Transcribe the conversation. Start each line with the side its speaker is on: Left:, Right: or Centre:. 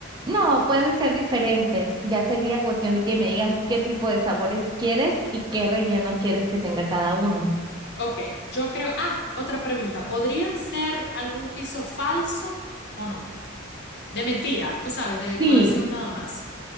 Right: No, pueden ser diferentes. Ya sería cuestión de que me digas qué tipo de sabores quieres y qué relleno quieres que tenga cada uno.
Left: Ok, yo creo. Ah, otra pregunta. ¿Podrían ser algún piso falso o no? De mentira, tú sabes, de decoración
Right: Sí,
Left: nada más.